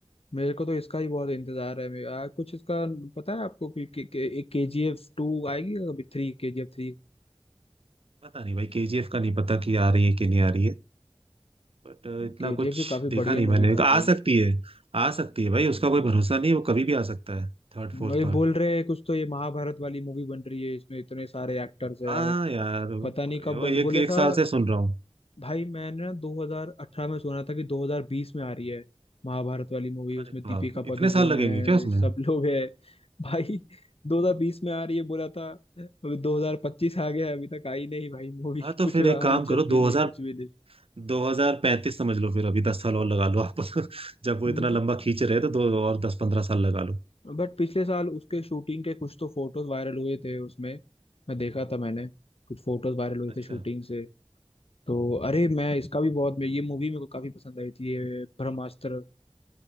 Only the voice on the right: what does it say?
पता नहीं भाई केजीएफ का नहीं पता कि आ रही है कि नहीं आ रही है बट इतना
कुछ
देखा
नहीं
मैंने
आ
सकती है आ सकती है भाई उसका कोई
भरोसा नहीं वो कभी भी आ सकता है Third fourth
part
हाँ
यार वो
एक
एक
साल से सुन रहा हूँ
अरे
बाप
इतने साल लगेंगे
क्या उसमें
हाँ
तो
फिर
एक काम करो
2000
2035 समझ लो फिर अभी दस साल और लगा लो आप <laughs> जब वो
इतना लंबा खींच रहे हैं, तो दो और दस पंद्रह साल लगा लो
अच्छा